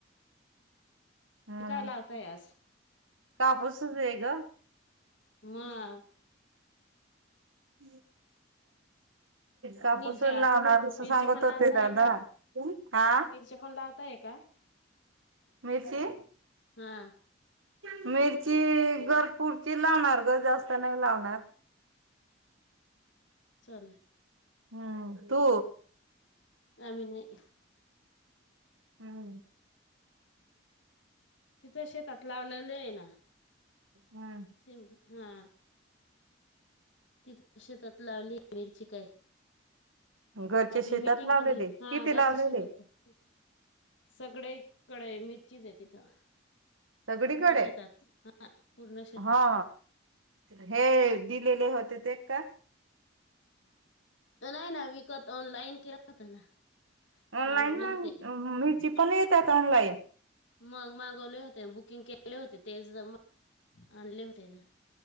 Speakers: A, on the right; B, on the left.
A: हा
B: काय
A: ना
B: लावताय
A: <unintelligible>
B: आज
A: दे गं.
B: मगं.
A: <inaudible> कापूस
B: मिरच्या
A: लावणार असः
B: मिरच्या
A: सांगत
B: पण लावताय
A: होते दादा
B: का
A: हा.
B: मिरच्या पण लावताय का
A: मिरची.
B: हा
A: मिरची घर पूरती लावणार गं जास्त नाही लावणारं.
B: चालेलं.
A: हम्म तू.
B: आम्ही नाही.
A: हम्म.
B: तिथं शेतात लावलेलं आहे ना.
A: हम्म
B: शिमला हा. तीत शेतात लावली मिरची कायं?
A: घरच्या
B: आपली
A: शेतात
B: मिटिंग
A: लावलेले
B: होती
A: किती
B: हा घरच्या
A: लावलेले
B: शेतात पणं. सगळेकडे मिरचीच आहे तिथं.
A: सगळीकडे
B: पूर्ण शेतात हा पूर्ण शेतात.
A: हा हे दिलेले होते ते का?
B: नाही ना विकत ऑनलाईन केला होत ना.
A: ऑनलाईन
B: मागवले
A: मग
B: होते.
A: मिरची पण येतात ऑनलाईन
B: मगं मागवले होते. बुकिंग केले होते तेच. आणले होते ना